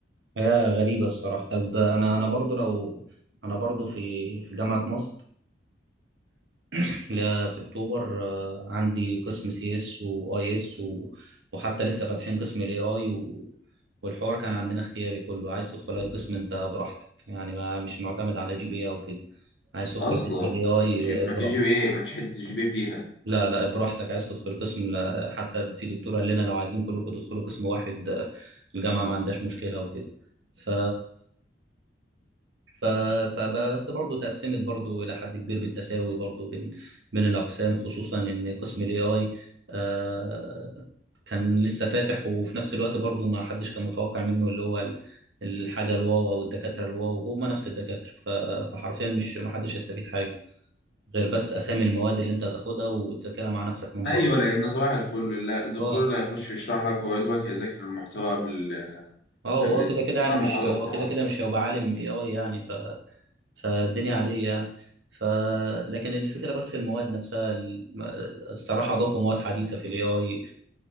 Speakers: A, on the right; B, on the left.
A: حياه غريبه الصراحه طب انا انا برضو لو انا برضو في في جامعه مصر <clears throat> لا في اكتوبر آه، عندي قسم سي اس واي اس وحتى لسه فاتحين قسم الاي اي و... والحوار كان عندنا اختياري كله عايز تدخل اي قسم انت براحتك يعني ما مش معتمد على جي بي إيه او كده عايز تدخل
B: أصلا
A: قسم الاي اي
B: جيب ما
A: براحتك
B: فيش جي بي إيه ما فيش حتة الجي بي إيه فيها
A: لا لا براحتك عايز تدخل قسم لا حتى في دكتور قال لنا لو عايزين كلكم تدخلوا قسم واحد آه، الجامعة ما عندهاش مشكلة وكده ف ف فبس برضه تقسمت برضه إلى حد كبير بالتساوي برضه بين بين الأقسام خصوصا إن قسم ال AI آه، كان لسه فاتح وفي نفس الوقت برضه ما حدش كان متوقع منه اللي هو ال- الحاجة الواو أو الدكاترة الواو هم نفس الدكاترة ف- فحرفيا مش ما حدش هيستفيد حاجة غير بس أسامي المواد اللي أنت هتاخدها وتذاكرها مع نفسك من
B: ايوه
A: بره
B: لان صباح الفل لا الدكتور
A: اه
B: اللي هيخش يشرح لك هو يا دوبك هيذاكر المحتوى قبل
A: اه هو
B: قبل الس-
A: كده كده يعني
B: بتاع المحاضره
A: مش هو
B: وخلاص
A: كده كده مش هيبقى عالم اي اي يعني ف... فالدنيا عادية يعني ف لكن الفكرة بس في المواد نفسها الم- الصراحة اضافوا مواد حديثة في الاي اي